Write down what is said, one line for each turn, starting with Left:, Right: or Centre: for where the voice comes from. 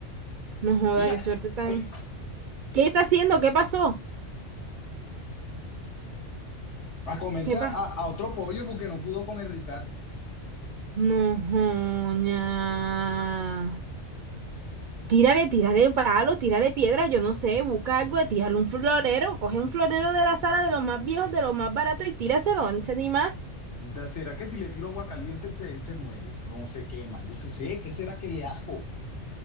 Right: No joda,
Left: Mira,
Right: qué suerte tan.
Left: ¡ay!
Right: ¿Qué está haciendo? ¿Qué pasó?
Left: a comerse
Right: ¿Qué pasa?
Left: a, a otro pollo porque no pudo con el Ricardo.
Right: No joña. Tírale, tírale palo, tírale piedra, yo no sé, busca algo, tírale un florero, coge un florero de la sala de los más viejos, de los más baratos y tíraselo, no sé ni más.
Left: Da- ¿Será que si le tiro agua caliente se, se muere? No se quema, yo qué sé, ¿qué será que le hago?